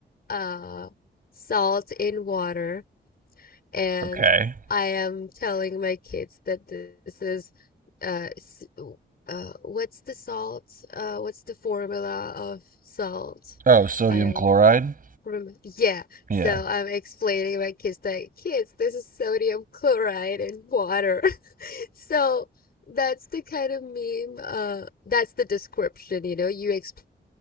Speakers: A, on the left; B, on the right.
A: uh salt in water and
B: Okay.
A: I am telling my kids that this is uh uh what's the salt? Uh what's the formula of salt?
B: Oh, sodium
A: I don't
B: chloride?
A: remember. Yeah.
B: Yeah.
A: So I'm explaining to my kids that kids, this is sodium chloride in water. <laughs> So that's the kind of meme, uh, that's the description, you know, you explain